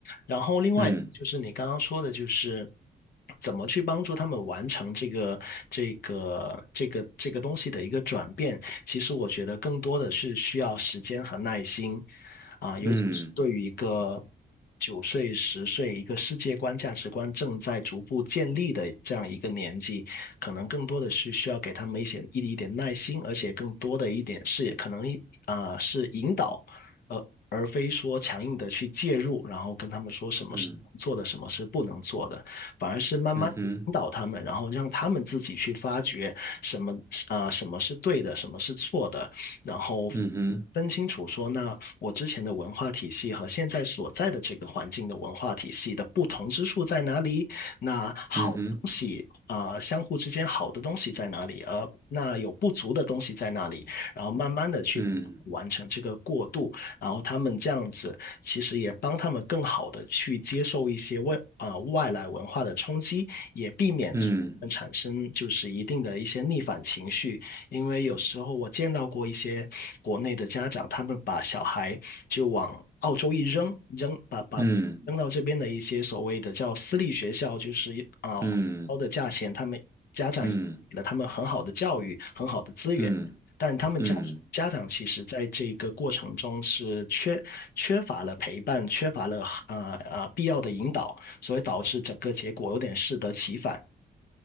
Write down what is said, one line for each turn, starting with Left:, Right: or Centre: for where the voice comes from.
Left: 然后另外就是你刚刚说的，
Right: 嗯
Left: 就是怎么去帮助他们完成这个这个这个这个东西的一个转变。其实我觉得更多的是需要时间和耐心啊，尤其是对于一个
Right: 嗯
Left: 九岁、十岁一个世界观、价值观正在逐步建立的这样一个年纪，可能更多的是需要给他们一些一一点耐心，而且更多的一点是可能一啊、是引导呃，而非说强硬的去介入，然后跟他们说什么是做的，
Right: 嗯
Left: 什么是不能做的，反而是慢慢地引导他们，
Right: 嗯哼
Left: 然后让他们自己去发掘什么啊、呃什么是对的，什么是错的，然后
Right: 嗯哼
Left: 分清楚说，那我之前的文化体系和现在所在的这个环境的文化体系的不同之处在哪里？那好的东西啊、
Right: 嗯哼
Left: 呃相互之间好的东西在哪里？而那有不足的东西在哪里？然后慢慢的去完成这个过渡，
Right: 嗯
Left: 然后他们这样子其实也帮他们更好的去接受一些外啊、呃外来文化的冲击，也避免。
Right: 嗯
Left: 产生就是一定的一些逆反情绪，因为有时候我见到过一些国内的家长，他们把小孩就往澳洲一扔，扔把把扔到这边的一些所谓的叫私立学校，
Right: 嗯
Left: 就是啊呃高的价钱，
Right: 嗯
Left: 他们家长给了他们很好的教育，
Right: 嗯
Left: 很好的资源，
Right: 嗯
Left: 但他们家家长其实在这个过程中是缺缺乏了陪伴，
Right: 嗯，
Left: 缺乏了呃呃必要的引导，所以导致整个结果有点适得其反。